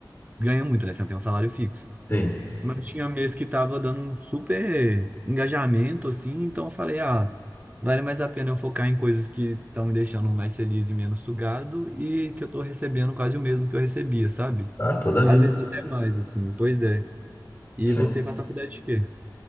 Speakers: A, on the right; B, on the left.
A: ganha muito, né? Você não tem um salário fixo.
B: Sim.
A: Mas tinha mês que tava dando um super engajamento, assim, então eu falei, ah, vale mais a pena eu focar em coisas que estão me deixando mais feliz e menos sugado e que eu tô recebendo quase o mesmo que eu recebia, sabe?
B: Ah, toda a
A: Às
B: vida.
A: vezes até mais, assim, pois é. E
B: Sim.
A: você faz faculdade de quê?